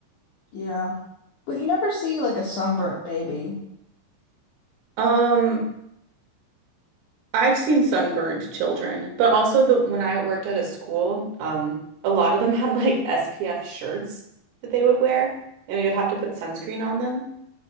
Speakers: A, on the left; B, on the right.
A: Yeah. But you never see like a sunburnt baby.
B: Um, I've seen sunburned children, but also the when I worked at a school, um, a lot of them <laughs> had like SPF shirts that they would wear, and we would have to put sunscreen on them,